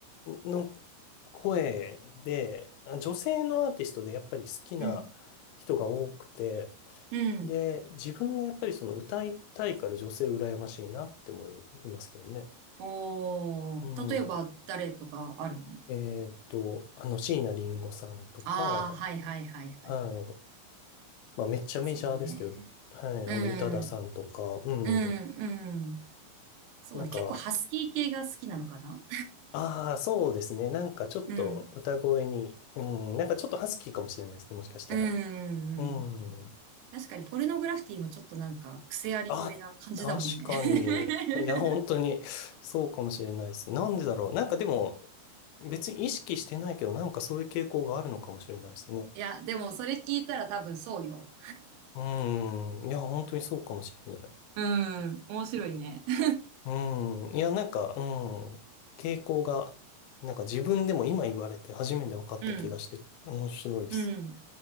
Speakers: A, on the left (about 85°); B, on the right (about 70°).
A: の声で、あ女性のアーティストでやっぱり好きな人が多くて、
B: うん、うん。
A: で、自分がやっぱりその歌いたいから女性羨ましいなって思いますけどね。
B: おー、
A: うん。
B: 例えば誰とかあるの
A: えっと、あの、椎名林檎さんとか、
B: ああー、はいはいはいはい。
A: はい。まあ、めっちゃメジャーですけど、
B: そうね。
A: はい。
B: うん、
A: あの、宇多田さんとか、うん。
B: うん、うん。そうね。
A: なんか、
B: 結構ハスキー系が好きなのかな
A: ああ、そうですね。なんかちょっと歌声に、
B: <laughs> うん、
A: うん、なんかちょっとハスキーかもしれないですね。もしかしたら。
B: うん、
A: う
B: うん。
A: ん。
B: 確かにポルノグラフィティもちょっとなんか癖あり声な感じだもんね。
A: あ、確かに。
B: <laughs>
A: いや、本当に、そうかもしれないです。なんでだろう。なんかでも、別に意識してないけど、なんかそういう傾向があるのかもしれないですね。
B: いや、でもそれ聞いたら多分そうよ。
A: うん。いや、本当にそうかもしれない。
B: うん、面白いね。<laughs>
A: うん。いや、なんか、うん。傾向が、なんか自分でも今言われて初めて分かった気がして、
B: うん、
A: 面白いです。
B: うん。